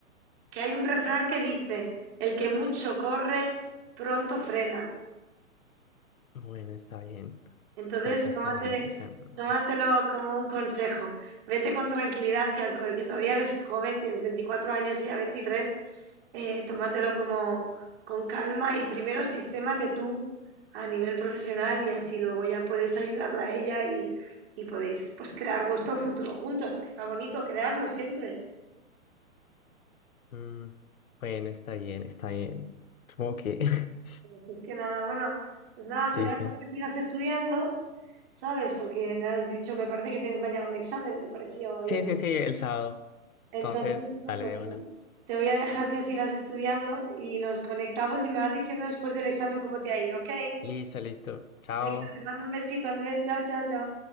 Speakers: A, on the right; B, on the left.
A: que hay un refrán que dice, el que mucho corre, pronto frena.
B: Bueno, está bien.
A: Entonces,
B: eh, está
A: tómate,
B: bien, está bien.
A: tómatelo como un consejo. Vete con tranquilidad, que aunque que todavía eres joven, tienes 24 años y ya 23, eh, tómatelo como con calma y primero sistémate tú a nivel profesional y así luego ya puedes ayudarla a ella y, y podéis pues crear vuestro futuro juntos, que está bonito crearlo siempre.
B: Mm, bueno, está bien, está bien. Supongo que. <laughs>
A: Entonces, que nada, bueno, pues nada, te
B: Listo.
A: dejo que sigas estudiando, ¿sabes? Porque me has dicho, me parece que tienes mañana un examen, me pareció oír.
B: Sí, sí, sí, el sábado.
A: Entonces,
B: Entonces,
A: bueno,
B: dale
A: pues
B: de una.
A: te voy a dejar que sigas estudiando y nos conectamos y me vas diciendo después del examen cómo te ha ido, ¿ok?
B: Listo, listo. Chao.
A: Venga, te mando un besito, Andrés. Chao, chao, chao.